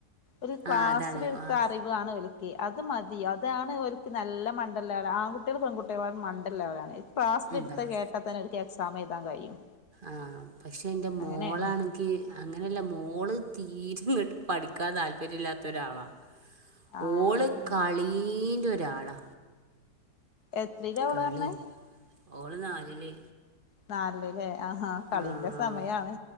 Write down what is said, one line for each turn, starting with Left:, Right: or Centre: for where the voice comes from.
Left: ഒരു ക്ലാസ്സില
Right: ആഹ് അതാണ്
Left: എടുത്ത
Right: ആഹ്
Left: അറിവ് ആണലേ അത് മതി അതാണ് അവർക്ക് നല്ല മണ്ഡ ഉള്ളത്ആൺകുട്ടികൾ പെൺകുട്ടികും മണ്ഡ ഇല്ലാത്തവരാണ് ക്ലാസ്സില
Right: അതാണ്
Left: എടുത്ത് കേട്ടാ തന്നെ എനിക്ക് എക്സാം എഴുാൻ കഴിയും
Right: ആഹ പക്ഷെ എന്റെ മോളാണെക്ക്
Left: അങ്ങനെയാണ്
Right: അങ്ങനെയല്ല മോള് ഇരുന്ന് പഠിക്കാൻ താല്പര്യം ഇല്ലാത്ത ഒരാളാ
Left: ആഹ്
Right: ഓള് കളീന്റെ ഒരാളാ.
Left: എത്രില അവള്
Right: കളി
Left: പറഞ്ഞെ?
Right: ഓള് നാലില്.
Left: നാലിലല്ലേ ആ ആ കളിന്റെ
Right: ആഹ്
Left: സമയാണ്.